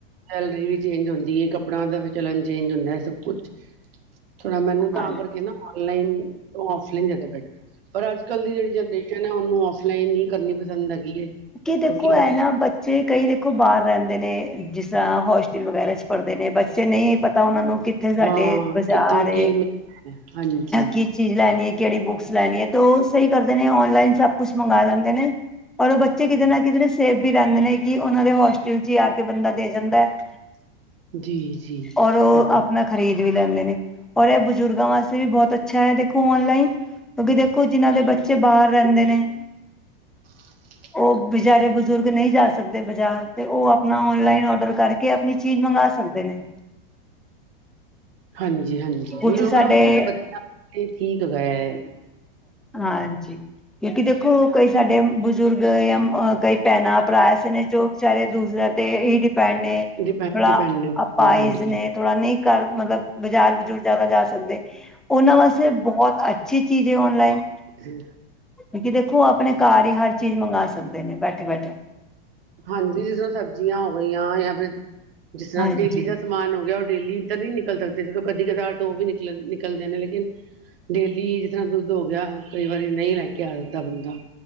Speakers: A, on the right; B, in the centre.
A: ਸੈਲਰੀ ਵੀ ਚੇਂਜ ਹੁੰਦੀ ਹੈ, ਕੱਪੜਿਆਂ ਦਾ ਵੀ ਚਲਣ ਹੁੰਦਾ ਹੈ। ਸਭ ਕੁਛ ਥੋੜਾ ਮੈਨੂੰ ਤਾਂ
B: ਹਾਂ।
A: ਕਰਕੇ ਨਾ। ਔਨਲਾਈਨ ਤੋਂ ਔਫਲਾਈਨ ਜ਼ਿਆਦਾ ਬੈਟਰ, ਪਰ ਅੱਜ- ਕੱਲ ਦੀ ਜਿਹੜੀ ਜਨਰੇਸ਼ਨ ਹੈ। ਉਹਨੂੰ ਔਫ ਫਲਾਈਨ ਹੀ ਕਰਨੀ ਪਸੰਦ ਹੈਗੀ ਹੈ।
B: ਦੇਖੋ
A: ਕਿਉਂਕਿ
B: ਹੈ
A: ਬੱਚੇ
B: ਨਾ ਬੱਚੇ ਕਈ ਦੇਖੋ ਬਾਹਰ ਰਹਿੰਦੇ ਨੇ, ਜਿਸ ਤਰ੍ਹਾਂ ਹੋਸਟਲ ਵਗੈਰਾ ਵਿਚ ਪੜ੍ਹਦੇ ਨੇ, ਬੱਚੇ ਦੇ ਨਹੀਂ ਪਤਾ, ਉਹਨਾਂ ਨੂੰ ਕਿੱਥੇ ਸਾਡੇ
A: ਹਾਂ
B: ਬਾਜ਼ਾਰ
A: ਕਿੱਥੋਂ
B: ਏ,
A: ਕੀ ਮਿਲ ਹਾਂਜੀ
B: ਕੀ ਚੀਜ਼ ਲੈਣੀ ਹੈ, ਕਿਹੜੀ ਬੁੱਕਸ ਲੈਣੀ ਹੈ, ਤੇ ਉਹ ਸਹੀ ਕਰਦੇ ਨੇ ਔਨਲਾਈਨ ਸਭ ਕੁਛ ਮੰਗਵਾ ਲੈਂਦੇ ਨੇ। ਔਰ ਉਹ ਬੱਚੇ ਕਿਤੇ ਨਾ ਕਿਤੇ ਸੇਫ ਵੀ ਰਹਿੰਦੇ ਨੇ, ਕਿ ਉਹਨਾਂ ਦੇ ਹੋਸਟਲ ਚ ਹੀ ਆ ਕੇ ਬੰਦਾ ਦੇ ਜਾਂਦਾ ਹੈ।
A: <unintelligible> ਜੀ ਜੀ
B: ਔਰ
A: ਇਹ ਤੇ
B: ਆਪ ਖਰੀਦ ਵੀ ਲੈਂਦੇ ਨੇ, ਔਰ ਇਹ ਬਜ਼ੁਰਗਾਂ ਵਾਸਤੇ ਵੀ ਬਹੁਤ ਅੱਛਾ ਹੈ ਦੇਖੋ ਔਨਲਾਈਨ। ਕਿਉਂਕਿ ਦੇਖੋ, ਜਿਨਾਂ ਦੇ ਬੱਚੇ ਬਾਹਰ ਰਹਿੰਦੇ ਨੇ।
A: ਹਾ
B: ਉਹ ਬਿਚਾਰੇ ਬਜ਼ੁਰਗ ਨਹੀਂ ਜਾ ਸਕਦੇ ਬਾਜ਼ਾਰ, ਤੇ ਉਹ ਆਪਣਾ ਔਨਲਾਈਨ ਆਡਰ ਕਰਕੇ ਤੇ ਆਪਣੀ ਚੀਜ਼ ਮੰਗਵਾ ਸਕਦੇ ਨੇ
A: ਹਾਂਜੀ- ਹਾਂਜੀ
B: ਕੁਛ
A: ਬਜ਼ੁਰਗਾਂ
B: ਸਾਡੇ
A: ਵਾਸਤੇ ਤਾਂ ਬੱਚਿਆਂ ਠੀਕ ਹੈਗਾ ਏ
B: ਹਾਂ ਜੀ ਕਿਉਂਕਿ ਦੇਖੋ ਕਈ ਸਾਡੇ ਬਜ਼ੁਰਗ ਜਾਂ ਕਈ ਭੈਣਾਂ, ਭਰਾ ਐਸੇ ਨੇ ਜੋ ਵਿਚਾਰੇ ਦੂਸਰਿਆਂ ਤੇ ਹੀ ਡਿਪੈਂਡ ਨੇ,
A: ਡਿਪੈਂਡ
B: ਥੋੜਾ
A: ਡਿਪੈਂਡੈਂਟ
B: ਅਪਾਹਿਜ
A: ਹਾਂਜੀ
B: ਨੇ ਥੋੜਾ ਨਹੀਂ ਕਰ ਮਤਲਬ ਬਾਜ਼ਾਰ ਬਜ਼ੂਰ ਜਿਆਦਾ ਜਾ ਸਕਦੇ ਉਹਨਾਂ ਵਾਸਤੇ ਬਹੁਤ ਅੱਛੀ ਚੀਜ਼ ਏ ਔਨਲਾਈਨ
A: ਜੀ
B: ਕਿਉਕਿ ਦੇਖੋ ਆਪਣੇ ਘਰ ਹੀ ਹਰ ਚੀਜ਼ ਮੰਗਵਾ ਸਕਦੇ ਨੇ ਬੈਠੇ -ਬੈਠੇ
A: ਹਾਂਜੀ ਜਿਸ ਤਰ੍ਹਾਂ ਸਬਜ਼ੀਆਂ ਹੋ ਗਈਆਂ ਜਾਂ ਫਿਰ ਜਿਸ ਤਰ੍ਹਾਂ
B: ਹਾਂਜੀ
A: ਡੇਲੀ ਦਾ ਸਮਾਨ ਸਮਾਨ ਹੋ ਗਿਆ ਉਹ ਡੇਲੀ ਤਾਂ ਨਹੀਂ ਨਿਕਲ ਸਕਦੇ ਜਦੋਂ ਕਦੀ ਕਦਾਰ ਤੋਂ ਉਹ ਵੀ ਨਿਕਲ ਨਿਕਲਦੇ ਨੇ ਲੇਕਿਨ ਡੇਲੀ ਜਿਸ ਤਰ੍ਹਾਂ ਦੁੱਧ ਹੋ ਗਿਆ ਕਈ ਵਾਰੀ ਨਹੀਂ ਲੈ ਕੇ ਆ ਸਕਦਾ ਬੰਦਾ